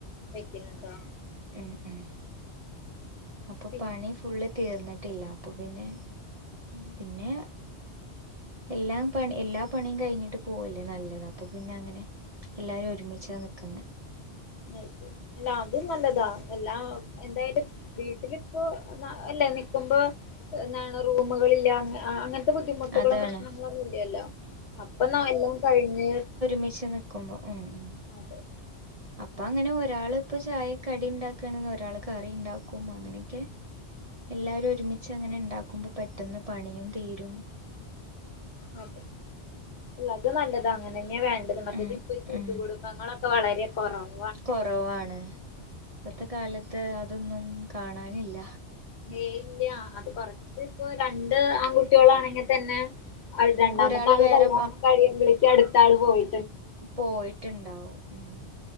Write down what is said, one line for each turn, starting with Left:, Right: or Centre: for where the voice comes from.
Left: വെക്ക്ന്ന്ണ്ടോ
Right: ഉം ഉം അപ്പൊ
Left: പിന്നെ
Right: പണി ഫുള്ള് തീർന്ന്ട്ടില്ല അപ്പൊ പിന്നെ
Left: ഉം
Right: ന്ന് എല്ലാം പണി എല്ലാ പണിം കഴിഞ്ഞ്ട്ട് പോവല്ലേ നല്ലത് അപ്പൊ പിന്നങ്ങനെ എല്ലാരൊര്മിച്ചാ നിക്ക്ന്നെ.
Left: അയ് ശെരി അല്ല അതും നല്ലതാ എല്ലാ എന്തായ്ൻ്റെ വീട്ട്ല് പ്പോ ന്ന അല്ല നിക്ക്മ്പോ എന്നാണ് റൂമുകളി അങ്ങൻത്തെ ബുദ്ധിമുട്ടുകളും
Right: അതാണ്
Left: പ്രശ്നങ്ങളന്നു ഇല്ലല്ലോ അപ്പം ന്നാ എല്ലാം കഴിഞ്
Right: <unintelligible> നിക്ക്മ്പോം ഉം ഉം
Left: അതെ
Right: അപ്പ അങ്ങനെ ഒരാള് ഇപ്പൊ ചായ കടി ഇണ്ടാക്കാണ്ന്ന് ഒരാള് കറി ഇണ്ടാക്കും അങ്ങനെക്കെ എല്ലാരും ഒരുമി ച്ചങ്ങനെ ഇണ്ടാക്കുമ്പം പെട്ടെന്ന് പണിം തീരും
Left: ആ ഹ് അല്ല അത് നല്ലത അങ്ങനെന്നെ വേണ്ടത് മറ്റേത്
Right: ഉം
Left: ഇപ്പൊ ഈ കൂട്ടുകുടുംബങ്ങളക്കെ
Right: ഉം
Left: വളരെ കൊറവ
Right: കൊറവാണ് ഇപ്പത്തെ കാലത്ത് അതൊന്നും കാണാനില്ല
Left: ഏയ് ഇല്ല അത് കൊറച്ച് ഇപ്പൊ രണ്ട് ആൺകുട്ട്യോളാണെങ്കി തന്നെ രണ്ടാമത്തെ
Right: ഒരാള്
Left: ആള്
Right: വേറെ
Left: കല്യാണം കഴിയുമ്പളേക്ക് അടുത്ത ആള് പോയി
Right: പോയിട്ട്ണ്ടാവും ഉം